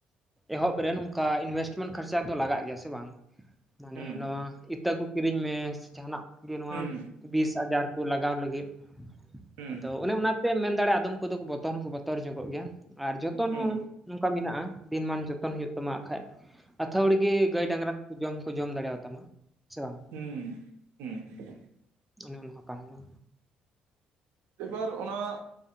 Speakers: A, in the centre; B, on the right.
A: ᱮᱦᱚᱵ ᱨᱮ ᱱᱚᱝᱠᱟ ᱤᱱᱵᱷᱮᱥᱴᱢᱮᱱᱴ ᱠᱷᱚᱨᱪᱟ ᱫᱚ ᱜᱮᱭᱟ ᱥᱮ ᱵᱟᱝ? ᱢᱟᱱᱮ
B: ᱦᱩᱸ
A: ᱱᱚᱣᱟ ᱤᱛᱟᱹ ᱠᱚ ᱠᱤᱨᱤᱧ ᱢᱮ ᱡᱟᱦᱟᱱᱟᱜ ᱜᱮ ᱱᱚᱣᱟ
B: ᱦᱩᱸ
A: ᱵᱤᱥ᱾ ᱪᱟᱡᱟᱨ ᱠᱚ ᱞᱟᱜᱟᱣ ᱞᱟᱹᱜᱤᱫ,
B: ᱦᱩᱸ
A: ᱟᱫᱚ ᱚᱱᱮ ᱚᱱᱟᱛᱮᱢ ᱢᱮᱱ ᱫᱟᱲᱮᱭᱟᱜᱼᱟ ᱟᱫᱚᱢ ᱠᱚᱫᱚ ᱠᱚ ᱵᱚᱛᱚᱨ ᱦᱚᱸᱠᱚ ᱵᱚᱛᱚᱨ ᱛᱚᱨ ᱧᱚᱜᱚᱜ ᱜᱮᱭᱟ ᱟᱨ ᱡᱚᱛᱚᱱ
B: ᱦᱩᱸ
A: ᱦᱚᱸ ᱱᱚᱝᱠᱟ ᱢᱮᱱᱟᱜᱼᱟ ᱫᱤᱱᱢᱟᱱ ᱡᱚᱛᱚᱱ ᱦᱩᱭᱩᱜ ᱛᱟᱢᱟ ᱦᱟᱸᱜ ᱠᱷᱟᱡ᱾ ᱛᱷᱟᱣᱲᱤ ᱜᱮ ᱜᱟᱹᱭ ᱰᱟᱝᱨᱟ ᱠᱚᱠᱚ ᱡᱚᱢ ᱦᱚᱸ ᱠᱚ ᱡᱚᱢ ᱫᱟᱲᱮᱭᱟᱛᱟᱢᱟ ᱥᱮ ᱵᱟᱝ?
B: ᱦᱩᱸ᱾ ᱦᱩᱸ ᱦᱩᱸ᱾
A: ᱚᱱᱮ ᱚᱱᱟ ᱦᱚᱸ ᱠᱟᱱ ᱜᱮᱭᱟ᱾
B: ᱮᱵᱟᱨ ᱚᱱᱟ